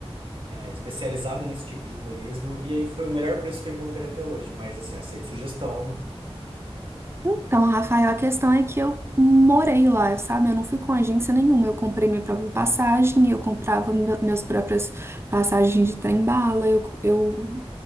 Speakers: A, on the right; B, on the right.
A: é, especializada nesse tipo de turismo, e aí foi o melhor preço que eu encontrei até hoje, mas assim, aceito sugestão.
B: Então, Rafael, a questão é que eu morei lá, sabe? Eu não fui com agência nenhuma. Eu comprei minha própria passagem, eu comprava me- meus próprias passagens de trem-bala, eu, eu